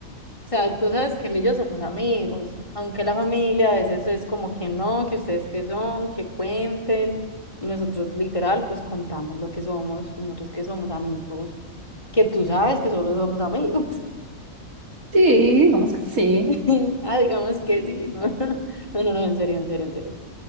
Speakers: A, on the left; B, on the right.
A: sea, tú sabes que él y yo somos amigos, aunque la familia a veces es como que no, que ustedes qué son, que cuenten, y nosotros literal, pues contamos lo que somos, pues, nosotros que somos amigos, que tú sabes que solo somos amigos.
B: Sí, digamos que sí.
A: <laughs> Ah, digamos que sí, no, <laughs> no, no, no, en serio, en serio, en serio.